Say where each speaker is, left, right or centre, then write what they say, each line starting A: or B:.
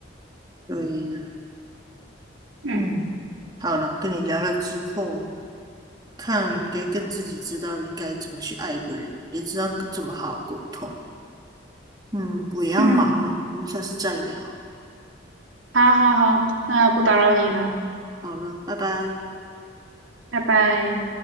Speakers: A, on the right (about 20°); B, on the right (about 90°).
A: 对呀，
B: 嗯
A: 嗯，好了，跟你聊了之后，看应该更自己知道应该怎么去爱一个人，也知道怎么好好沟通。嗯，我也要忙了，
B: 嗯，
A: 我们下次再聊。
B: 好好好，那不打扰你了，
A: 好了，拜拜。
B: 拜拜。